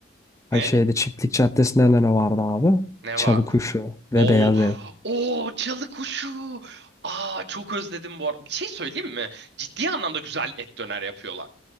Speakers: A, on the left (about 15°); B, on the right (about 60°).
A: Hani
B: Ne?
A: şeyde Çiftlik Caddesi'nde de ne vardı abi?
B: Ne
A: Çalıkuşu
B: vardı?
A: ve
B: Oo,
A: Beyaz
B: <gasps>
A: Ev.
B: oo çalı kuşu. Aa çok özledim bu arada. Bir şey söyleyeyim mi? Ciddi anlamda güzel et döner yapıyorlar.